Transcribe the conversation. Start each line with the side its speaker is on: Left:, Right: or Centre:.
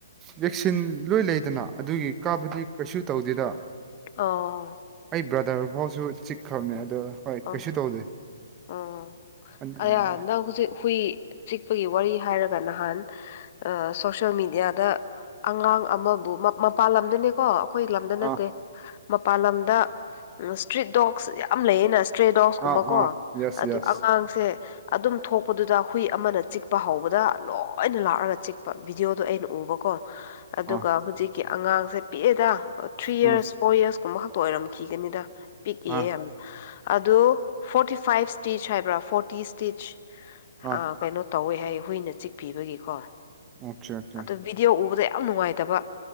Right: ꯚꯦꯛꯁꯤꯟ ꯂꯣꯏ ꯂꯩꯗꯅ ꯑꯗꯨꯒꯤ ꯀꯥꯕꯨꯗꯤ ꯀꯩꯁꯨ ꯇꯧꯗꯦꯗ
Left: ꯑꯣꯎ
Right: ꯑꯩ ꯕ꯭ꯔꯗꯔ ꯐꯥꯎꯁꯨ ꯆꯤꯛꯈ꯭ꯔꯕꯅꯦ ꯑꯗꯣ ꯍꯣꯏ
Left: ꯑ
Right: ꯀꯩꯁꯨ ꯇꯧꯗꯦ
Left: ꯎꯝ
Right: ꯑꯥ
Left: ꯑꯌꯥ ꯅꯪ ꯍꯨꯖꯤꯛ ꯍꯨꯏ ꯆꯤꯛꯄꯒꯤ ꯋꯥꯔꯤ ꯍꯥꯏꯔꯒ ꯅꯍꯥꯟ ꯑ ꯁꯣꯁ꯭ꯌꯦꯦꯜ ꯃꯦꯗꯤꯌꯥꯗ ꯑꯉꯥꯡ ꯑꯃꯕꯨ ꯃꯄꯥꯥꯟꯂꯝꯗꯅꯤꯀꯣ ꯑꯩꯈꯣꯏ ꯂꯝꯗ ꯅꯠꯇꯦ
Right: ꯑꯥ
Left: ꯃꯄꯥꯟ ꯂꯝꯗ ꯏꯁꯇ꯭ꯔꯤꯠ ꯗꯣꯛꯁ ꯌꯥꯝ ꯂꯩꯌꯦꯅ <unintelligible> ꯀꯨꯝꯕ
Right: ꯑꯥ
Left: ꯀꯣ
Right: ꯑꯥ ꯌꯦꯁ
Left: ꯑꯗꯨ
Right: ꯌꯦꯁ
Left: ꯑꯉꯥꯡꯁꯦ ꯑꯗꯨꯝ ꯊꯣꯛꯄꯗꯨꯗ ꯍꯨꯏ ꯑꯃꯅ ꯆꯤꯛꯄ ꯍꯧꯕꯗ ꯂꯣꯏꯅ ꯂꯥꯛꯑꯒ ꯆꯤꯛꯄ ꯕꯤꯗꯤꯑꯣꯗꯣ ꯑꯩꯅ ꯎꯕꯀꯣ ꯑꯗꯨꯒ
Right: ꯑꯥ
Left: ꯍꯨꯖꯤꯛꯀꯤ ꯑꯉꯥꯡꯁꯦ ꯄꯤꯛꯑꯦꯗ ꯊ꯭ꯔꯤ ꯢꯌꯔꯁ
Right: ꯎꯝ
Left: ꯐꯣꯔ ꯌꯔꯁ ꯀꯨꯝꯕ ꯈꯛ ꯑꯣꯏꯔꯝꯈꯤꯒꯅꯤꯗ ꯄꯤꯛꯏꯌꯦ
Right: ꯑꯥ
Left: ꯌꯥꯝ ꯑꯗꯣ ꯐꯣꯔꯇꯤ ꯐꯥꯏꯞ ꯁ꯭ꯇꯤꯆ ꯍꯥꯏꯕ꯭ꯔꯥ ꯐꯣꯔꯇꯤ ꯁ꯭ꯇꯤꯆ
Right: ꯑꯥ
Left: ꯑ ꯀꯩꯅꯣ ꯇꯧꯋꯦ ꯍꯥꯏꯌꯦ ꯍꯨꯏꯅ ꯆꯤꯛꯄꯤꯕꯒꯤꯀꯣ
Right: ꯑꯣꯀꯦ ꯑꯣꯀꯦ
Left: ꯑꯗꯨ ꯚꯤꯗꯤꯑꯣ ꯎꯕꯗ ꯌꯥꯝ ꯅꯨꯡꯉꯥꯏꯇꯕ